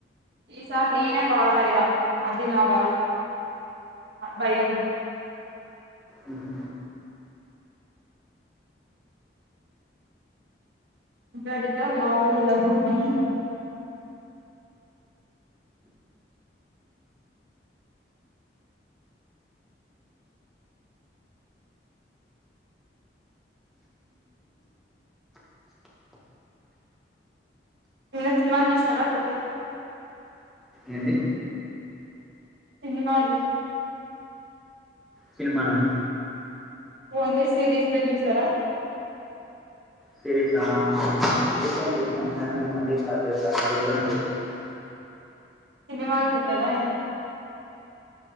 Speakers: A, on the right; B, in the centre.
A: ఈ సారి నినే పాడయలా అది నా పాడు భయంమ్.
B: హ్మ్
A: <unintelligible> మామూలుగా ఉండదు మా. <unintelligible> నిన్న సినిమాలు చూసినారా కొత్తది.
B: ఏంటి.
A: సినిమాలు.
B: సినిమానా.
A: ఓన్లీ సిరీస్ లో చూసారా.
B: సిరీస్ ఆ సిరీస్ ఏం చూడను. <unintelligible>
A: <inaudible>